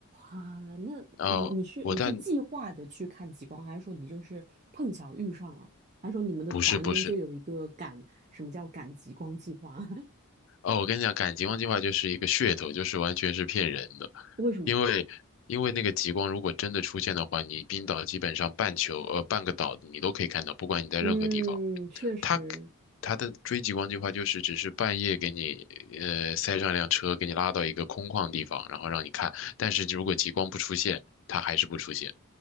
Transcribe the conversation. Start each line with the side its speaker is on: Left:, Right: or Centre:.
Right: 哇，那你你是你是计划的去看极光，
Left: 呃，我在
Right: 还是说你就是碰巧遇上了？还是说你们的团里面就有一个赶，
Left: 不是不是，
Right: 什么叫赶极光计划？<laughs>
Left: 哦，我跟你讲，赶极光计划就是一个噱头，就是完全是骗人的，
Right: 为什么？
Left: 因为因为那个极光如果真的出现的话，你冰岛基本上半球呃半个岛你都可以看到，不管你在任何地方。
Right: 嗯，确实
Left: 他他的追极光计划就是只是半夜给你呃塞上一辆车，给你拉到一个空旷地方，然后让你看。但是如果极光不出现，它还是不出现。